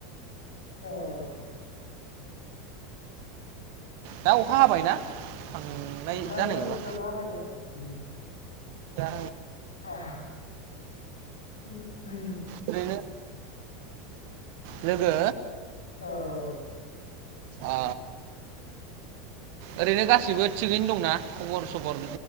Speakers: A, on the left; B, on the right.
A: औ
B: दा अखा हाबायना थांनाय
A: अखायानो
B: जानाय नंला
A: दिगदार खालामबाय ने उम।
B: दा
A: उम
B: ओरैनो लोगो
A: औ औ
B: अ ओरैनो गासिबो थिगैनो दंना खबर सबर